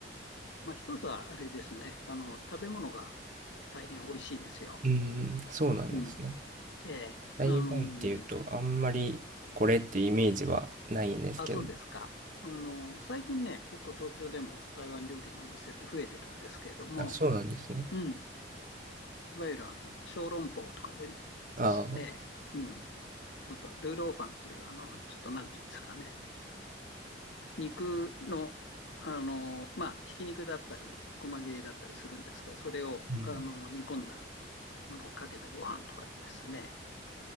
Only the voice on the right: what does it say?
うーん、そうなんですね。
台湾っていうと、
あんまりこれってイメージはないんですけど。
あ、そうなんですね。
ああ、う
ん。